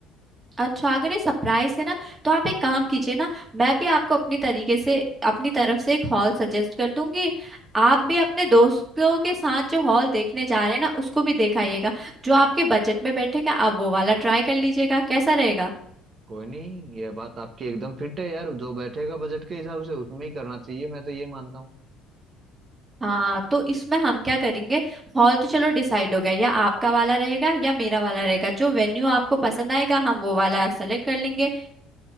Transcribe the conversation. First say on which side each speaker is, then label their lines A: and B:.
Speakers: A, on the right; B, on the right.
A: अच्छा अगर ये सरप्राइज है ना तो आप एक काम कीजिए ना मैं भी आपको अपनी तरीके से अपनी तरफ से एक हॉल सजेस्ट कर दूंगी आप भी अपने दोस्तों के साथ जो हॉल देखने जा रहे हैं ना उसको भी दिखाइएगा जो आपके बजट में बैठेगा आप वो वाला ट्राई कर लीजिएगा कैसा रहेगा
B: कोई नहीं ये बात आपकी एकदम फिट है यार जो बैठेगा बजट के हिसाब से उसमें ही करना चाहिए मैं तो ये मानता हूँ
A: हाँ तो इसमें हम क्या करेंगे हॉल तो चलो डिसाइड हो गया या आपका वाला रहेगा या मेरा वाला रहेगा जो वेन्यू आपको पसंद आएगा हम वो वाला सेलेक्ट कर लेंगे